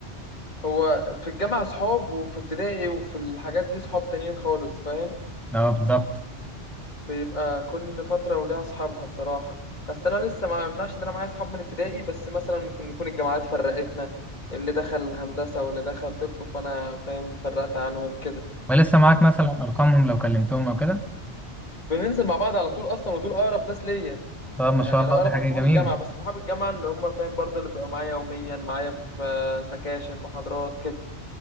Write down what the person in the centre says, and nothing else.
اه بالظبط
ولسه معاك مثلا ارقامهم لو كلمتهم او كده
طب ما شاء
الله
دي حاجه
جميله